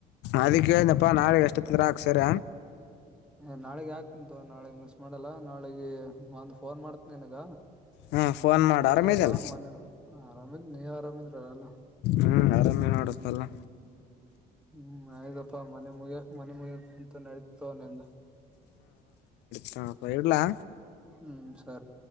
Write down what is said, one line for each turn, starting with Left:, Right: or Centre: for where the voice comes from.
Left: ಅದೀಕ್ಕ ಹೇಳಿದ್ನಲಪ ನಾಳಿಗ ಎಷ್ಟೊತ್ ಇದ್ರು ಹಾಕ್ಸ್ಯರ.
Centre: ಏ ನಾಳಿಗಿ ಹಾಕ್ತೀನಿತೋ ನಾಳಿಗ್ ಮಿಸ್ ಮಾಡಲ್ಲ ನಾಳಿಗಿ ಒಂದ ಫೋನ್ ಮಾಡ್ತಿ ನಿನಗ.
Left: ಹಾ ಫೋನ್ ಮಾಡು
Centre: ಅಲ್ಲೆ
Left: ಆರಾಮಿದೆಯಲ್ಲ
Centre: ಬಾ ಮನ್ಯಾಗ ಆರಾಮಿದ್ ನೀವ್ ಆರಾಮಿದ್ರ ಏಲ್ಲ.
Left: ಹ್ಮ್ ಆರಾಮೇ ನೋಡಪ್ಪೆಲ್ಲಾ.
Centre: ಹ್ಮ್ ಆಯ್ದಪ್ಪಾ ಮನೆ ಮುಗಿಯ ಮನೆ ಮುಗಿಯ ಬಂತ ಎನ್ ನಡೀತೋ ನಿಂದ.
Left: ಶಾನಪ್ಪ ಇಡ್ಲಾ.
Centre: ಹ್ಮ ಸರ್.